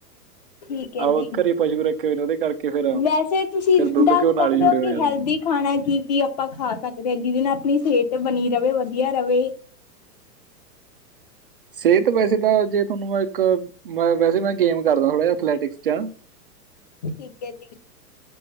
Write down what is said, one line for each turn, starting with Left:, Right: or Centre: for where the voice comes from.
Left: ਠੀਕ ਹੈ
Right: ਆਹ
Left: ਜੀ
Right: ਘਰੇ ਪਸ਼ੂ ਰੱਖੇ ਹੋਏ ਨੇ ਉਹਦੇ ਕਰਕੇ ਫਿਰ
Left: ਵੈਸੇ ਤੁਸੀਂ
Right: ਫਿਰ ਦੁੱਧ
Left: ਦੱਸ
Right: ਘਿਓ ਨਾਲ
Left: ਸਕਦੇ
Right: ਹੀ ਜੁੜੇ
Left: ਹੋ ਕਿ
Right: ਹੋਏ ਹਾਂ ਅਸੀਂ
Left: ਹੈਲਦੀ ਖਾਣਾ ਕੀ ਕੀ ਆਪਾਂ ਖਾ ਸਕਦੇ ਹਾਂ ਜਿਹਦੇ ਨਾਲ ਆਪਣੀ ਸਿਹਤ ਬਣੀ ਰਹੇ ਵਧੀਆ ਰਹੇ।
Right: ਸਿਹਤ ਵੈਸੇ ਤਾਂ ਜੇ ਤੁਹਾਨੂੰ ਇੱਕ ਵੈਸੇ ਮੈਂ ਗੇਮ ਕਰਦਾਥ ਅਲੈਟਿਕਸ ਚ ਹਾ।
Left: ਠੀਕ ਹੈ ਜੀ।